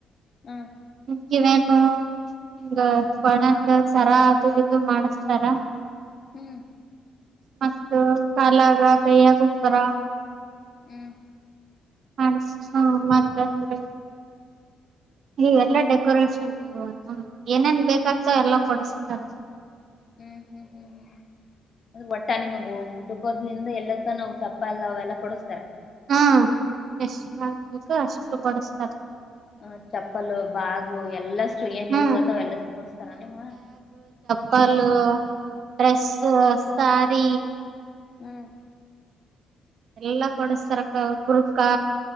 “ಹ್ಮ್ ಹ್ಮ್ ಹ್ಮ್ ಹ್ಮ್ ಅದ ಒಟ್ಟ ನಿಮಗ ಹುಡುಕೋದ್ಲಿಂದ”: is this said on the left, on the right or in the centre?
Left